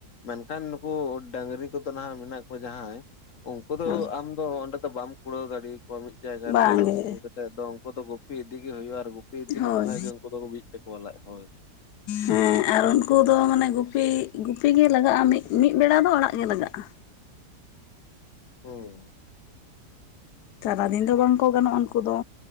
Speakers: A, on the left; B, on the left.
A: ᱢᱮᱱᱠᱷᱟᱱ ᱱᱩᱠᱩ ᱰᱟᱝᱨᱤ ᱠᱚᱫᱚ ᱱᱟᱦᱟᱜ ᱢᱮᱱᱟᱜ ᱠᱚᱣᱟ ᱡᱟᱦᱟᱸᱭ ᱩᱱᱠᱩ ᱫᱚ
B: ᱦᱳᱭ
A: ᱟᱢ ᱫᱚ ᱚᱸᱰᱮ ᱫᱚ ᱵᱟᱢ ᱠᱩᱲᱟᱹᱣ ᱫᱟᱲᱮ ᱟᱠᱠᱚᱣᱟ ᱢᱤᱫ ᱡᱟᱭᱜᱟ ᱨᱮᱫᱚ
B: ᱵᱟᱝᱜᱮ
A: ᱛᱤᱜᱩ ᱠᱟᱛᱮᱫ ᱫᱚ ᱩᱱᱠᱩ ᱫᱚ ᱜᱩᱯᱤ ᱤᱫᱤᱜ ᱜᱮ ᱦᱩᱭᱩᱜᱼᱟ ᱟᱨ ᱜᱩᱯᱤ ᱤᱫᱤ
B: ᱦᱳᱭ
A: ᱞᱮᱠᱚ ᱠᱷᱟᱱ ᱜᱮ ᱩᱱᱠᱩ ᱫᱚ ᱵᱤᱜᱛᱟᱠᱚᱣᱟ ᱞᱟᱡ ᱦᱳᱭ
B: ᱦᱮᱸ ᱟᱨ ᱩᱱᱠᱩ ᱫᱚ ᱢᱟᱱᱮ ᱜᱩᱯᱤ ᱜᱩᱯᱤ ᱜᱮ ᱞᱟᱜᱟᱜᱼᱟ ᱢᱤᱫ ᱵᱮᱲᱟ ᱫᱚ ᱟᱲᱟᱜ ᱜᱮ ᱞᱟᱜᱟᱜᱼᱟ
A: ᱦᱮᱸ
B: ᱥᱟᱨᱟᱫᱤᱱ ᱫᱚ ᱵᱟᱝᱠᱚ ᱜᱟᱱᱚᱜᱼᱟ ᱩᱱᱠᱩ ᱫᱚ